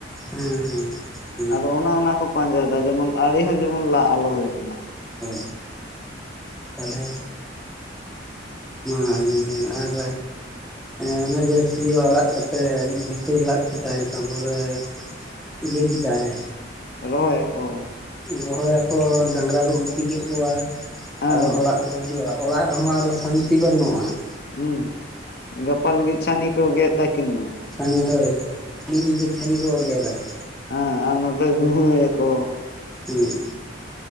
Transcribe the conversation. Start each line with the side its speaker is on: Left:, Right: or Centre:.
Centre: ᱦᱮᱸ ᱦᱮᱸ ᱾
Left: ᱟᱫᱚ ᱚᱱᱟ ᱚᱱᱟ ᱠᱚ ᱯᱟᱸᱡᱟᱭᱮᱫᱟ ᱡᱮᱢᱚᱱ ᱟᱲᱮ ᱦᱚᱸ ᱡᱮᱢᱚᱱ ᱞᱟᱜ ᱟᱞᱚ ᱦᱳᱭᱳᱜ ᱢᱟ᱾
Centre: ᱚ, ᱛᱟᱦᱚᱞᱮ ᱢᱟ ᱟᱸᱡᱚᱢ ᱵᱤᱱ ᱟᱨ ᱮᱸ ᱚᱱᱮ ᱡᱮ ᱥᱤᱭᱳᱜ ᱟᱲᱟᱜ ᱠᱟᱛᱮᱫ ᱵᱷᱤᱛᱟᱹᱭ ᱞᱟᱜ ᱠᱮᱫᱟᱭ, ᱛᱟᱯᱚᱨᱮ ᱤᱭᱟᱹ ᱠᱮᱫᱟᱭ
Left: ᱨᱚᱦᱚᱭᱟ ᱠᱚ ᱾
Centre: ᱨᱚᱦᱚᱭᱟ ᱠᱚ, ᱰᱟᱝᱨᱟ ᱠᱚ ᱜᱩᱯᱤ ᱠᱮᱫ ᱠᱚᱣᱟ,
Left: ᱦᱮᱸ
Centre: ᱟᱫᱚ ᱦᱚᱲᱟᱜ ᱠᱚ ᱦᱤᱡᱩᱜᱼᱟ ᱚᱲᱟᱜ ᱨᱮᱦᱚᱸ ᱟᱨᱚ ᱥᱟᱱᱛᱤ ᱵᱟᱹᱱᱩᱜᱼᱟ ᱾
Left: ᱦᱩᱸ, ᱜᱟᱯᱟ ᱞᱟᱹᱜᱤᱫ ᱪᱷᱟᱹᱱᱤ ᱠᱚ ᱜᱮᱫ ᱟᱹᱠᱤᱱ ᱢᱮ᱾
Centre: ᱪᱷᱟᱱᱤ ᱦᱳᱭ ᱢᱤᱫ ᱧᱤᱫᱟᱹ ᱪᱷᱟᱹᱱᱤ ᱠᱚ ᱜᱮᱫᱟ ᱾
Left: ᱦᱮᱸ ᱟᱨ ᱱᱚᱛᱮ ᱫᱩᱦᱟᱹᱣ ᱟᱠᱚ,
Centre: ᱦᱮᱸ ᱾